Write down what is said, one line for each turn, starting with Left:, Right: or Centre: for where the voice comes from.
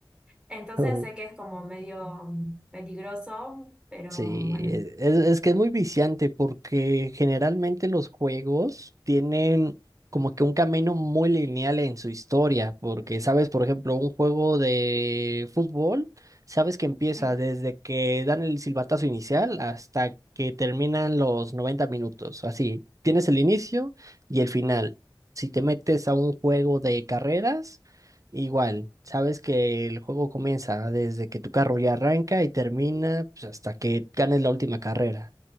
Centre: Entonces
Right: <laughs>
Centre: sé que es como medio mm, peligroso, pero
Right: Sí,
Centre: bueno.
Right: e- es, es que es muy viciante porque generalmente los juegos tienen como que un camino muy lineal en su historia, porque sabes, por ejemplo, un juego de fútbol, sabes que empieza
Centre: Sí,
Right: desde que dan el silbatazo inicial hasta que terminan los noventa minutos, así, tienes el inicio y el final. Si te metes a un juego de carreras... Igual, sabes que el juego comienza desde que tu carro ya arranca y termina pues, hasta que ganes la última carrera.